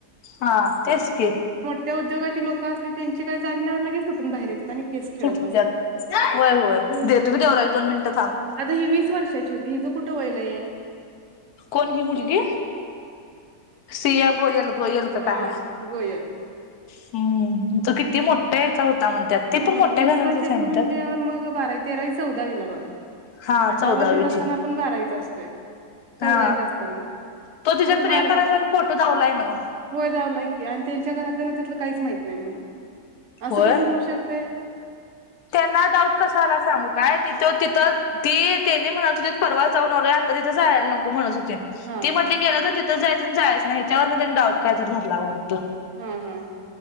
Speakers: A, on the left (about 80°); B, on the right (about 60°).
A: हा तेच की
B: त्या उद्योगाची लोकं असले त्यांची काही जामीण्यावर लगेच सुटून बाहेर येतात आणि केस खेळत
A: सुटत्यात
B: बस ताथ,
A: होय होय
B: हम्म-हम्
A: देतो की देवराज दोन मिनिटं थांब
B: आता ही वीस वर्षाची होती हिजं कुठं वय लई ये.
A: कोण ही मुलगी सिया गोयल, गोयल क
B: हा गोयल.
A: हम्म-हम्म तो किती मोठा याचा होता म्हणत्यात ति पण
B: हा
A: मोठ्या
B: वीस
A: घरातलिचं
B: वर्षाची
A: आहे म्हणत्यात.
B: म्हणल्यावर मग बारावी, तेरावी, चौदावीला बघा
A: हा
B: अठरा
A: चौदावीची
B: वर्ष असताना आपण बारावीच असतोय. चौदावीत
A: हा
B: असताना
A: तो तिच्या
B: कुठे
A: प्रियकरा
B: बारावी
A: चा आणि फोटो दावलाय ना व
B: होय दावलाय की, आणि त्यांच्या घरातल्या ना त्यातलं काहीच माहीत नाही म्हणून असं
A: होय
B: कसं होऊ शकतं ये?
A: त्यांना डाऊट कसला सांगू काय, तिथ -तिथ ती त्यानी म्हणत होतेत परवाच जाऊ आलोया आता तिथं जायला नको म्हणत होतीत
B: हा.
A: ती म्हटली गेलं तर तिथं जायचं, जायच नाही त्यावर त्यांनी डाऊट काय तर धरला वाटतं.
B: हं, हं,